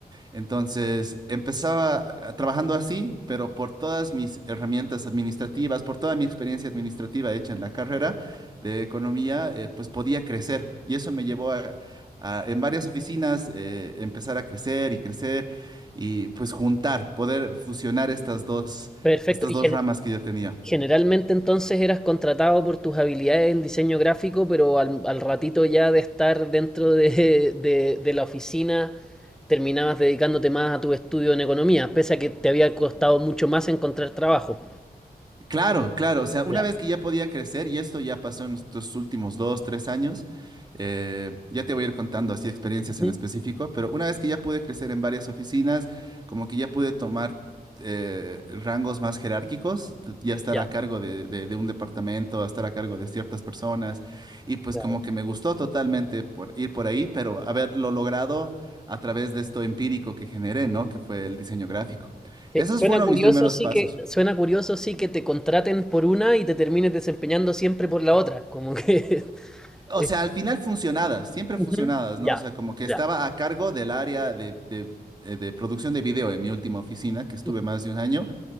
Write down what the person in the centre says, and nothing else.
Perfecto.
Y
gener-
Generalmente entonces eras contratado por tus habilidades en diseño gráfico, pero al, al ratito ya de estar dentro de, de- de la oficina terminabas dedicándote más a tu estudio en economía, pese a que te había costado mucho más encontrar trabajo.
Ya.
Ujú.
Ya,
claro.
Sí,
Suena
curioso,
sí
que, suena curioso, sí que te contraten por una y te termines desempeñando siempre por la otra. Como que. <laughs>
eh,
ujú,
Ya,
ya.
ujú,